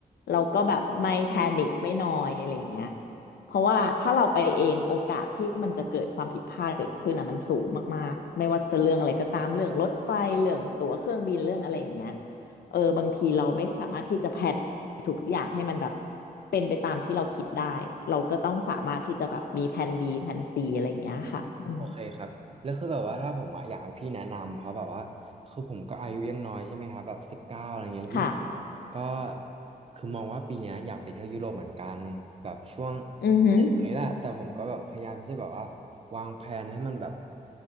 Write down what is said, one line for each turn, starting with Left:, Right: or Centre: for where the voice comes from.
Left: เราก็แบบไม่แพนิคไม่นอยอะไรอย่างเงี้ย เพราะว่าถ้าเราไปเองโอกาสที่มันจะเกิดความผิดพลาดเกิดขึ้นอ่ะมันสูงมากๆไม่ว่าจะเรื่องอะไรก็ตามเรื่องรถไฟเรื่องตั๋วเครื่องบินเรื่องอะไรอย่างเงี้ยเออบางทีเราไม่สามารถที่จะแพลนทุกๆอย่างให้มันแบบเป็นไปตามที่เราคิดได้เราก็ต้องสามารถที่จะแบบมีแผน B แผน C อะไรอย่างเงี้ยค่ะอืม
Right: โอเคครับแล้วคือแบบว่าถ้าผมอะอยากให้พี่แนะนำเพราะแบบว่าคือผมก็อายุยังน้อยใช่ไหมครับแบบสิบเก้าอะไรเงี้ยยี่สิบ
Left: ค่ะ
Right: ก็คือมองว่าปีเนี้ยอยากไปเที่ยวยุโรปเหมือนกันแบบช่วง
Left: อือหือ
Right: ถงนี้แหละแต่ผมก็แบบพยายามที่จะแบบว่าวางแผนให้มันแบบ